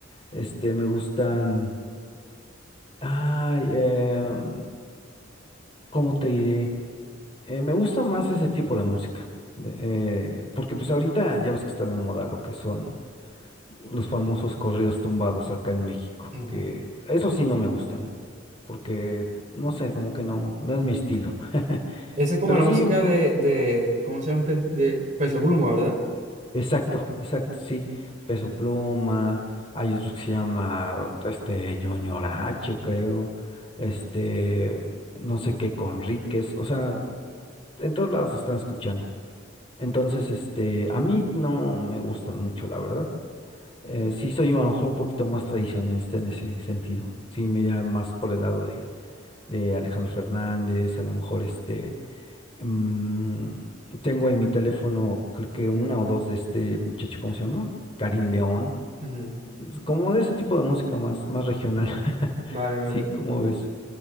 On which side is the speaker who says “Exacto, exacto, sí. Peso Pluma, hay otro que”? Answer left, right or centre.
Left